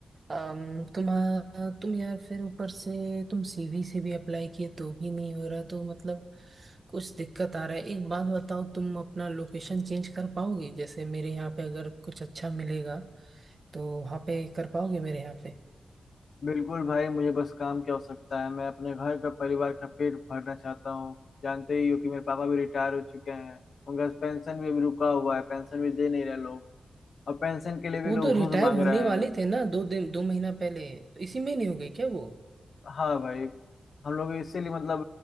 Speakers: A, on the right; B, on the left.
A: अम तुम तुम यार फिर ऊपर से तुम सीवी से भी अप्लाई किए तो भी नहीं हो रहा तो मतलब कुछ दिक्कत आ रहा है एक बात बताओ तुम अपना लोकेशन चेंज कर पाओगे जैसे मेरे यहाँ पे अगर कुछ अच्छा मिलेगा तो वहाँ पे कर पाओगे मेरे यहाँ
B: बिल्कुल भाई मुझे बस काम की आवश्यकता है मैं अपने घर का परिवार का पेट भरना चाहता हूँ जानते ही हो कि मेरे पापा भी रिटायर हो चुके हैं उनका पेंशन भी अभी रुका हुआ है पेंशन भी दे नहीं रहे लोग और पेंशन के लिए भी
A: वो
B: लोग
A: तो रिटायर
B: घूस मांग
A: होने
B: रहे
A: वाले
B: हैं
A: थे ना दो दिन दो महीना पहले तो इसी महीने हो गई क्या वो
B: हाँ भाई हम लोग इसीलिए मतलब